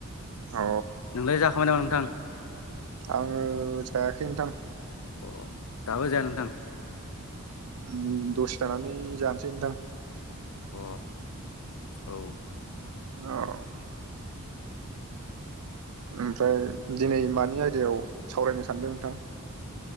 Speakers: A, on the right (about 80°); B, on the left (about 80°).
A: अ
B: नोंलाय जाखांबाय नामा नोंथां
A: आङो जायाखै नोंथां
B: अ दाबो जाया नोंथां
A: ओम दसे थानानै जानोसै नोंथां
B: अ औ
A: औ ओमफ्राय दिनै मानि आयदायाव सावरायनो सानदों नोंथां